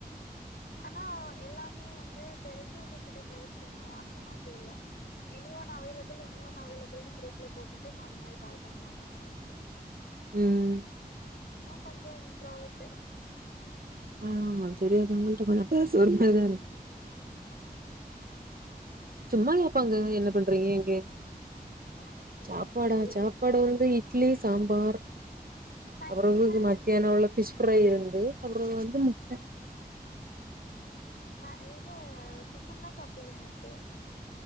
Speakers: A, on the left; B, on the right.
A: ஆனா எல்லாமே வந்து தெரிஞ்சவங்க கிட்ட பேசணு அந்த மாதிரி இல்ல any one available any one அவைலபிள்னு குரூப்ல போட்டுட்டு மாறி மாறி கால் பண்ணுவாங்கன்னு நெனைக்கிற
B: ம்
A: நம்ம கொஞ்சோ இன்ட்ரோவெட்டு
B: அ ஆமா தெரியாதவங்க கிட்ட கொஞ்சோ பேச ஒரு மாரிதா இரு
A: ம்
B: சும்மா கேட்பாங்க என்ன பண்றீங்க எங்க
A: ஆமா வேற என்ன பேச
B: சாப்பாடா
A: முடியு தெரியாது
B: சாப்பாடு வந்து இட்லி சாம்பார்
A: நைட்டு
B: அப்பற
A: டிஃபன்
B: ஊகு
A: ஐட்டம்
B: மத்தியான
A: தானா
B: உள்ள பிஷ் ஃப்ரை இருந்து புறோ வந்து முட்ட
A: நா எது டிஃபன்லா சாப்டுவியா நைட்டு